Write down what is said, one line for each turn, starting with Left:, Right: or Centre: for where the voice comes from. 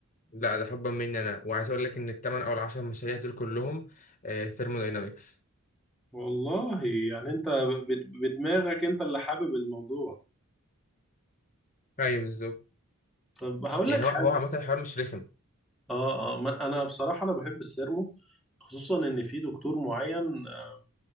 Left: لا ده حبا مني انا وعايز اقول لك ان الثمان او العشر مشاريع دول كلهم ثيرموداينامكس
Centre: والله يعني انت ب- بدماغك انت اللي حابب الموضوع
Left: ايوه بالظبط
Centre: طب هقول
Left: يعني
Centre: لك
Left: هو
Centre: حاجة
Left: هو عامه الحوار مش رخم
Centre: اه اه ما- انا بصراحه انا بحب السيرمو خصوصا ان في دكتور معين آه،